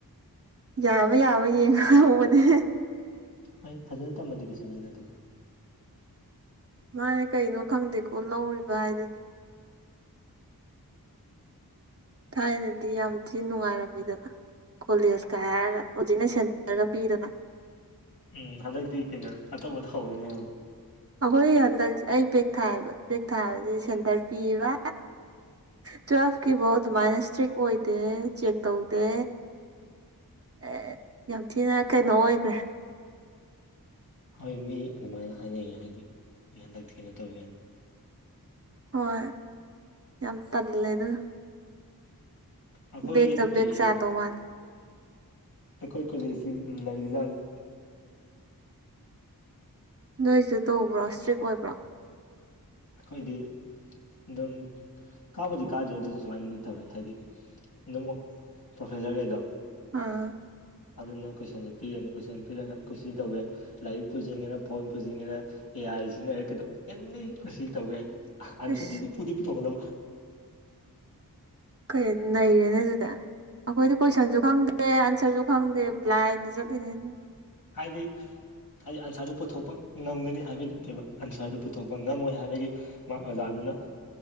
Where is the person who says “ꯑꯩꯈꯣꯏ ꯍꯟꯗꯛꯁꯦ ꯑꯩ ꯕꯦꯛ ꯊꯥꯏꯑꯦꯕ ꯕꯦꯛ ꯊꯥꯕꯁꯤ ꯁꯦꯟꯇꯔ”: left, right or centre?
Right